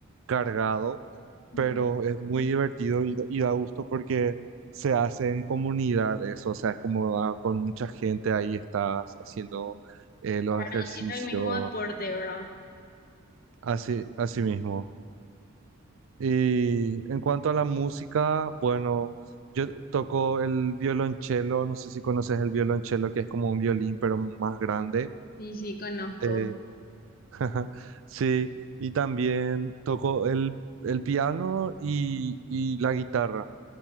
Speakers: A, on the right (about 65°); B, on the left (about 45°).
A: cargado,
B: Ujú.
A: pero es muy divertido y, y da gusto porque se hace en comunidad eso, o sea, es como ah, con mucha gente ahí estás haciendo eh, los
B: Claro,
A: ejercicios,
B: haciendo el mismo deporte, ¿verdad?
A: así, así mismo. Y en cuanto a la música, bueno, yo toco el violonchelo, no sé si conoces el violonchelo, que es como un violín, pero más grande.
B: Sí, sí, conozco.
A: Eh, <laughs> sí, y también toco el, el piano y, y la guitarra.